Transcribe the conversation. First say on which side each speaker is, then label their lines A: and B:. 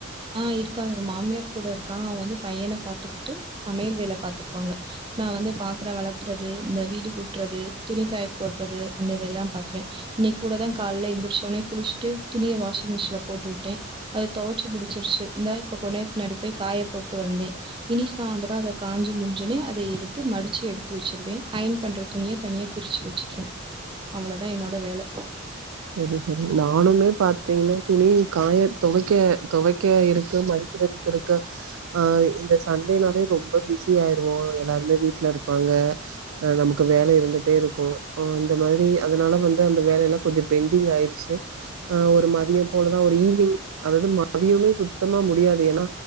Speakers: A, on the right; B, on the right.
A: அ இருக்காங்க மாமியார் கூட இருக்காங்க அவங்க வந்து பையன பாத்துக்கிட்டு சமையல் வேல பாத்துக்குவாங்க நா வந்து பாத்திர வெலக்கறது இந்த வீடு கூட்றது துணிக்காய போடுறது அந்த வேல எல்லா பாத்துப்ப இன்னிக்கு கூட தா கால எந்திரிச்ச உடனே குளிச்சிட்டு துணிய வாஷிங் மிஷின்ல போட்டு விட்ட அது துவச்சு முடிச்சிருச்சு இந்தா இப்ப கொஞ்ச நேரத்து முன்னாடி போய் காய போட்டு வந்தே இனி சாயந்தர அத காஞ்சு முடிஞ்சவுனே அத எடுத்து மடிச்சு எடுத்து வச்சிருவ அயன் பண்ற துணிய தனியா பிரிச்சு வச்சிருவ அவ்ளோதா என்னோட வேல
B: சரி சரி ந நானுமே பாத்தீங்கன்னா துணிய காய துவைக்க துவைக்க இருக்கு மடிக்கிறக்கு இருக்கு அ இந்த சண்டேனாலே ரொம்ப பிஸி பிஸி ஆயிருவோ எல்லாருமே வீட்டுல இருப்பாங்க அ நமக்கு வேல இருந்துட்டே இருக்கும் ஓ இந்த மாரி அதனால வந்து அந்த வேலை எல்லா கொஞ்ச பெண்டிங் ஆயிடுச்சி அ ஒரு மதிய போலதா ஒரு ஈவ்னிங் அதாவது மதியமே சுத்தமா முடியாது ஏன்னா